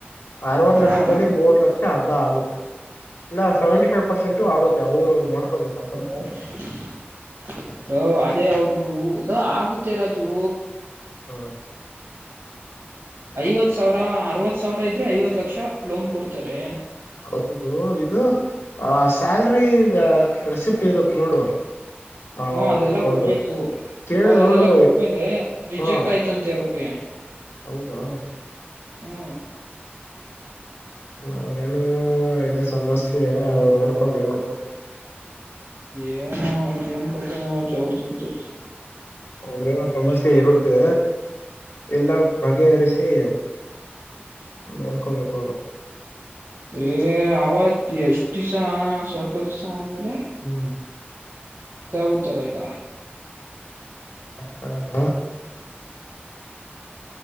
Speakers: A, on the left; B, on the right.
A: ಅರವತ್ತು ಲಕ್ಷದಲ್ಲಿ
B: ಹಾ
A: ಮೂವತ್ತು ಲಕ್ಷ ಅರ್ಧ ಆಗುತ್ತೆ ಇಲ್ಲ ಸೆವೆಂಟಿಫೈವ್ ಪರ್ಸೆಂಟ್ ಆಗುತ್ತೆ ಅವ್ರು ನೋಡ್ಕೋಬೇಕು ಆತರ
B: <inaudible> ಲೋ ಅದೇ ಅವರು ಲೋ ಆಗುತ್ತೆ ರಾಜು
A: ಹ್ಮ
B: ಐವತ್ತು ಸಾವಿರ ಅರವತ್ತು ಸಾವಿರ ಇದ್ರೆ ಐವತ್ತು ಲಕ್ಷ ಲೋನ್ ಕೊಡ್ತಾರೆ.
A: ಹೌದು ಇದು ಆ ಸ್ಯಾಲ್ರಿ ರೀಸಿಪ್ಟ ಇರುತ್ತೆ ನೋಡು. ಅವ್ರ
B: ಹ್ಮ ಅದೆಲ್ಲಾ
A: ಅವ್ರ್ದು
B: ಕೊಡ್ಬೇಕು.
A: ಕೇಳ
B: ಅವ್ರ ಅದೆಲ್ಲ
A: ನೋಡು
B: ಕೊಟ್ಟ್ಮೇಲೆ ರಿಜೆಕ್ಟ
A: ಹಾ
B: ಆಯ್ತಂತೆ ಅವ್ರಿಗೆ
A: ಹೌದಾ
B: ಹ್ಮ
A: ಆದ್ರೇನು ಇದೇ ಸಮಸ್ಯೆ
B: ಸಮಸ್ಯೆ
A: ಅವ್ರು ನೋಡ್ಕೋಬೇಕು.
B: ಅವ್ರ ಏನೋ ಅದೇನು ಕಥೇನೋ ರಾಜು ಅವರದಂತು
A: ಅವ್ರ್ದನೋ ಸಮಸ್ಯೆ ಇರುತ್ತೆ ಎಲ್ಲ ಬಗೆಹರಿಸಿ. ನೋಡ್ಕೊಬೇಕು ಅವರು.
B: ಏ ಅವತ ಎಷ್ಟು ದಿವಸ ಸ್ವಲ್ಪ ಪರೀಕ್ಷ ಆದ್ಮೇಲೆ
A: ಹ್ಮ್
B: ಇದಾಗುತ್ತಲ ಈಗ.
A: ಹೌದ